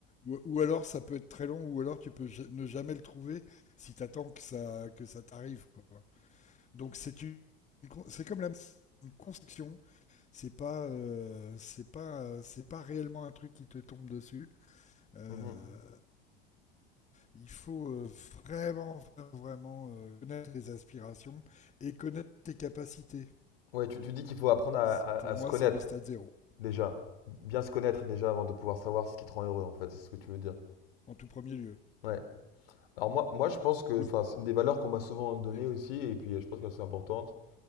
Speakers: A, on the left; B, on the left.
A: ou, ou alors ça peut être très long, ou alors tu peux ja- ne jamais le trouver si t'attends que ça, que ça t'arrive. quoi. Donc c'est une, une con- c'est comme la une construction, c'est pas, euh, c'est pas, euh, c'est pas réellement un truc qui te tombe dessus. Euh,
B: Mhm.
A: il faut euh, vraiment, vraiment, vraiment, euh, connaître tes aspirations et connaître tes capacités.
B: Ouais, tu, tu dis qu'il faut apprendre à,
A: C'est-
B: à-
A: Pour
B: à se
A: moi,
B: connaître
A: c'est le stade zéro,
B: déjà, bien se connaître déjà avant de pouvoir savoir ce qui te rend heureux, en fait. C'est ce que tu veux dire.
A: en tout premier lieu.
B: Ouais. Alors moi, moi je pense que
A: Oui,
B: enfin, c'est une des valeurs qu'on m'a souvent données
A: mais oui.
B: aussi, et puis euh, je pense qu'elles sont importantes.